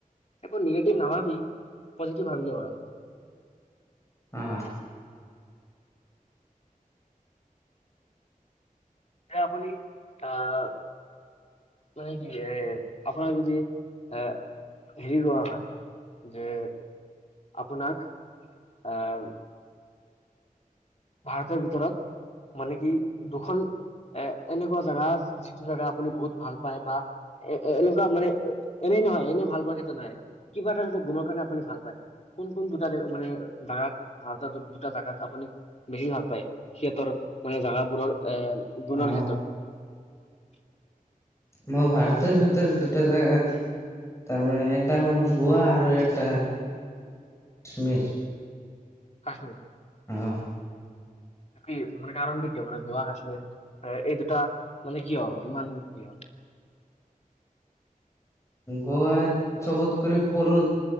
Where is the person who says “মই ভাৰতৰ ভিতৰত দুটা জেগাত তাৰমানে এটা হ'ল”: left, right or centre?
Left